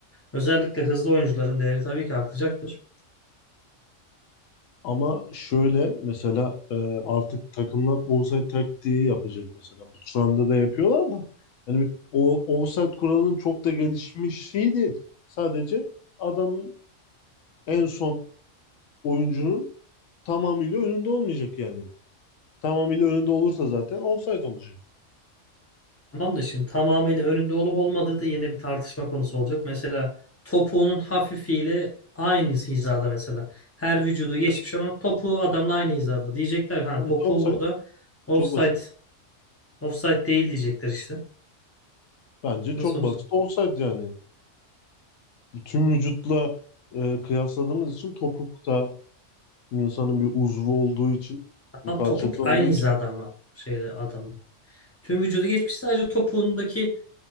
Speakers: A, on the left; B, on the left.
A: Özellikle hızlı oyuncuların değeri tabii ki artacaktır.
B: Ama şöyle mesela e, artık takımlar offside taktiği yapacak mesela. Bu şu anda da yapıyorlar da. Yani bir- o offside kuralının çok da gelişmiş şey değil. Sadece adamın en son oyuncunun tamamıyla önünde olmayacak yani. Tamamıyla önünde olursa zaten offside olacak.
A: Tamam da şimdi tamamıyla önünde olup olmadığı da yine bir tartışma konusu olacak. Mesela topuğunun hafifiyle aynı hizada mesela. Her vücudu geçmiş ama topuğu adamla aynı hizada. Diyecekler ki, ha
B: Hani
A: topuğu
B: işte offside
A: burada offside
B: çok basit.
A: offside değil diyecekler işte.
B: Bence
A: Nasıl
B: çok
A: offside?
B: basit offside yani. Tüm vücutla e, kıyasladığımız için topuk da insanın bir uzvu olduğu için,
A: Adam
B: bir parçası
A: topuk aynı
B: olduğu
A: hizada
B: için
A: ama şeyle adamla. Tüm vücudu geçmiş sadece topuğundaki